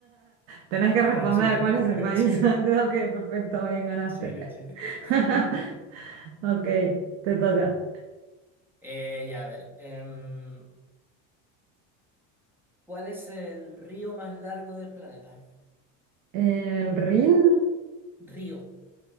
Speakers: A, on the right; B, in the centre.
A: Tenés
B: No,
A: que responder
B: a Chile.
A: cuál es el país.
B: <laughs> Chile.
A: <laughs> Ok, perfecto, bien ganaste.
B: Chile, Chile.
A: <laughs>
B: <laughs>
A: Ok, te toca.
B: Eh, ya, a ver. em, ¿cuál es el río más largo del planeta?
A: ¿El Rin?
B: Río.